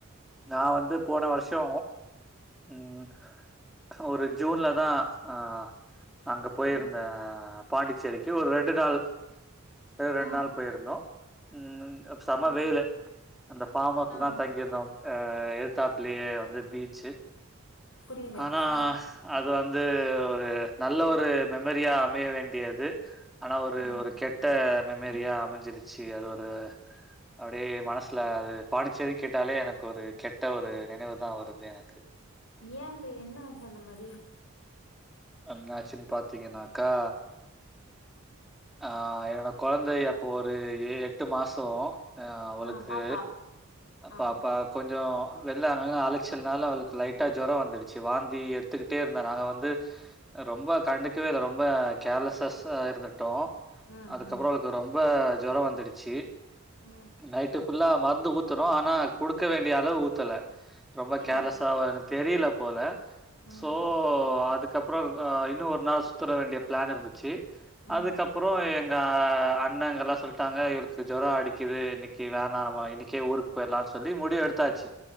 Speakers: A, in the centre; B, on the left.
A: நா வந்து போன வருஷோ ம் ஒரு ஜூன்ல தா ஆ அங்க போயிருந்தே
B: ம்.
A: பாண்டிச்சேரிக்கு ஒரு ரெண்டு நாள் ரெண்டு
B: ம்.
A: நாள் போயிருந்தோ ம் செம
B: ம்.
A: வெயிலு அந்த பாம்அவுஸ்ல
B: ம்.
A: தா தங்கிருந்தோ அ எழுதாபுளையே வந்து பீச்சு
B: புரியுது.
A: ஆனா
B: ஆ,
A: அது அது வந்து ஒரு நல்ல ஒரு மெமரியா அமைய வேண்டியது ஆனா ஒரு
B: ம்.
A: ஒரு கெட்ட மெமரியா அமைஞ்சிருச்சு அது ஒரு அப்டியே மனசுல அது பாண்டிச்சேரி கேட்டாலே எனக்கு ஒரு கெட்ட ஒரு நினைவு தா வருது எனக்கு
B: ஏன் அப்ப என்ன ஆச்ச அந்த மாரி
A: என்ன ஆச்சுன்னு பாத்தீங்கன்னாக்கா
B: உஹ <unintelligible>
A: ஆ என்னோட கொழந்தை அப்போ ஒரு எட்டு மாசோ அ அவளுக்கு
B: ஆ பாப்பா. ஆ.
A: பாப்பா கொஞ் கொஞ்சோ வெள்ளாங்க அழைச்சல்னால அவளுக்கு லைட்டா ஜோரோ வந்துடுச்சு வாந்தி எடுத்துக்கிட்டே இருந்தா நாங்க வந்து ரொம்ப கண்டுக்கவே இல்ல ரொம்ப கேர்லஸ்சஸ்சா இருந்து டோ
B: ம்,
A: அதுக்கப்பறோ
B: ம்,
A: அவளுக்கு ரொம் ப ஜோரோ வந்துடுச்சு
B: ம்.
A: நைட்டு்ப் ஃபுல்லா மருந்து ஊத்துநோ ஆனா குடுக்க வேண்டிய அளவு ஊத்தல ரொம்ப
B: அய்யய்யோ!
A: கேர்லஸ்ஸாவு இருந் தெரில போல
B: ம்,
A: சோ அதுக் அப்பறோ இன்னு ஒரு நாள் சுற்றுற வேண்டிய ப்ளான் இருந்துச்சு
B: ம்,
A: அதுக்கப்புறோ எங்க அண்ணன்ங்கெல்லா சொல்லிட்டாங்க இவளுக்கு ஜோரோ அடிக்குது இன்னைக்கு வேணா நம்ம இணைகே ஊருக்கு போயிடலான்னு சொல்லி முடிவு எடுத்தாச்சு